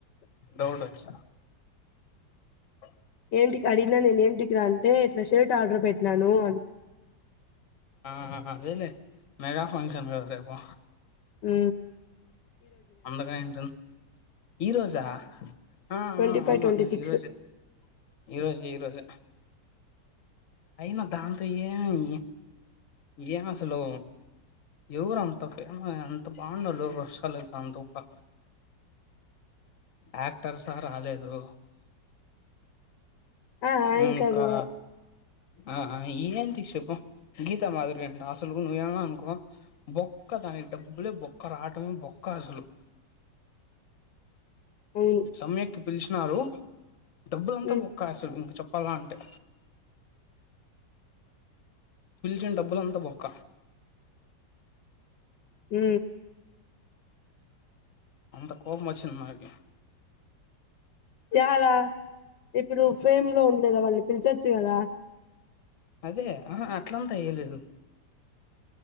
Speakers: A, on the left (about 50°); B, on the left (about 70°).
A: డౌట్ వోచ్చా ఓ
B: ఏం డికి అడిగినా నేను ఎమ్ డిక అంటే ఇట్లా షర్ట్ ఆర్డర్ పెట్టినాను అన్న
A: ఆ అదేలే మెగా ఫంక్షన్ కదా రేపు
B: హ్
A: అందుగా ఇంట ఉన్నావు. ఈ రోజా ఆ
B: ట్వంటీ
A: ఆ
B: ఫైవ్
A: అవునుమా
B: ట్వంటీ సిక్స్
A: ఈ రోజె ఈ రోజె ఈ రోజే అయినా దాంతో ఏమీ ఏం అసలు ఎవరు అంత ఫేమ్ అంత బాగుండరూ అసలు దాంతోప్పా యాక్టర్స రాలేదు.
B: ఆ అ ఏం
A: ఇంకా
B: కాదు
A: ఆ ఏంటి చెప్పు గీతా మాధురి అంటే అసలు నువ్వేనాన్న అనుకో బొక్క దానికి డబ్బులే బొక్క రావటమే బొక్క అసలు
B: అవును
A: సమ్యక్కి పిలిచినారు డబ్బులంతా
B: హ్మ్
A: బొక్క అసలు చెప్పాల అంటే పిలిచిన డబ్బులంతా బొక్క
B: హ్
A: అంత కోపం వచ్చింది. నాకి
B: ఎవలా ఇప్పుడు ఫేమ్ లో ఉండలేద వాళ్ళని పిలుచొచ్చు కదా
A: అదే ఆహా అట్లంతా అయ్యలేదు.